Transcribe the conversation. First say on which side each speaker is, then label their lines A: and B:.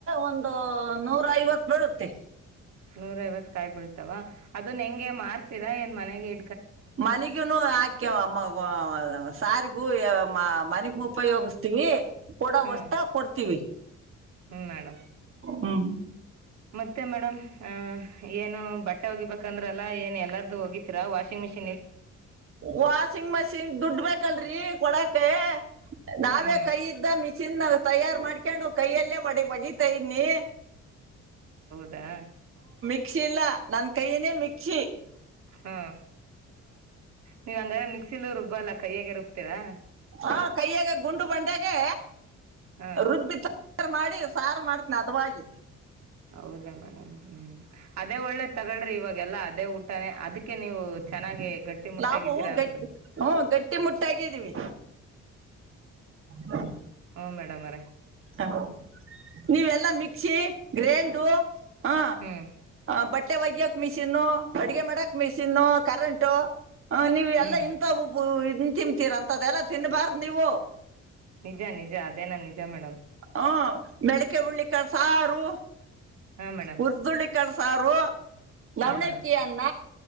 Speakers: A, on the right (about 45°); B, on the right (about 65°).
A: ಒಂದು ನೂರಾ ಐವತ್ತ ಬೀಳುತ್ತೆ
B: ನೂರ ಐವತ್ತು ಕಾಯ್ ಬಳ್ತಾವ ಅದನ್ನ ಹೆಂಗೆ ಮಾರ್ ತೀರ ಯೆನ್ ಮನೆಗ್ ಇ
A: ಮನೆಗನು ಹಾಕ್ಯವ ಅಮ್ಮ <unintelligible> ಸಾರಿಗೂ ಮನೆಗೂ ಉಪಯೋಗಿಸತವಿ ಕೊಡವಷ್ಟ
B: ಹ್ಮ್
A: ಕೊಡ್ತೀವಿ
B: ಹ್ಮ್ ಮೇಡಮ್
A: ಹ್ಮ್
B: ಮತ್ತೆ ಮೇಡಮ್ ಅ ಏನು ಬಟ್ಟ ಹೋಗಿಬೇಕಂದ್ರೆಲ್ಲ ಏನ್ ಎಲ್ಲರೂ ಹೋಗಿದ್ದೀ ವಾಸಿಗ್‌ ಮಿಷನ್
A: ವಾಷಿಂಗ್ ಮಿಷಿನ್ ದುಡ್ ಬೇಕಲ್ರರಿ ಕೊಡಕ ನಾವೇ
B: ಹ್ಮ್
A: ಕೈ ಇದ್ದ ಮಿಷಿನ್ ತಯಾರ್ ಮಾಡ್ಕೊಂಡು ಕೈಯಲ್ಲೇ ಮಡಿ ಒಗಿತಾ ಇದನಿ
B: ದಾ
A: ಮಿಕ್ಕಿಲ್ಲ ನನ್ನ ಕೈಯನೇ ಮಿ <unintelligible>
B: ಹ್ಮ ನೀವ್ ಹಂಗ್ರ ಮಿಕ್ಸಿಬ್ ಬಲ್ಲ ಕೈಯಗೆ ರುಬ್ತೀರಾ
A: ಹ ಕೈಯ್ಯಾಗ ಗುಂಡು ಬಂಡೆಗೆ
B: ಹಾ
A: ರುಬ್ಬಿತ ಮಾಡಿ ಸಾರು ಮಾಡ್ತೀನಿ ಹಡ್ವಾಗಿ
B: ಹೌದಾ ಮೇಡಮ್ ಹ್ಮ್ ಅದೇ ಒಳ್ಳೆ ತಗಳ್ರಿ ಇವಾಗೆಲ್ಲಾ ಅದೇ ಊಟಾನ ಅದಕ್ಕೆ ನೀವು ಚೆನ್ನಾಗಿ ಗಟ್ಟಿ ಮುಟ್ಟಾಗಿದ್ದೀರಾ
A: ನಾವು ಗಡ್
B: ಅನ್ಸುತ್
A: ಹ್ಮ ಗಟ್ಟಿ ಮುಟ್ಟಾಗಿದ್ದೀವಿ ಹ್ಮ
B: ಹ್ಮ ಮೇಡಮ್ ಅವರೇ
A: ಹ ನೀವೆಲ್ಲಾ ಮಿಕ್ಸಿ ಗ್ರೈಂಡು ಹಾ
B: ಹ್ಮ್
A: ಬಟ್ ಬಟ್ಟೆ ಒಗ್ಯಕ್ ಮಿಷಿನ್ ಅಡಗೆ ಮಾಡಕೆ ಮಿಷಿನ್ ಕರೆಂಟ ಹ ನೀವು
B: ಹ್ಮ್
A: ಎಲ್ಲಾ ಇಂಥ ಒ ತಿಮತಿರ ಅಂತದದೆಲ್ಲ ತಿನ್ನಬಾರ್ದು ನೀವು
B: ನಿಜ ನಿಜ ಅದೇನ ನಿಜ ಮೇಡಮ್
A: ಹ ಬೆಳಗ್ ಕ ಉಳ್ಳಿಕ ಸಾರು
B: ಹಾ ಮೇಡಮ್
A: ಹುರ್ದುಳ್ಳಿಕಾಳ ಸಾರು ಲವ್ಣಕ್ಕಿ
B: ಹಾ ಮೇಡಮ್
A: ಅನ್ನ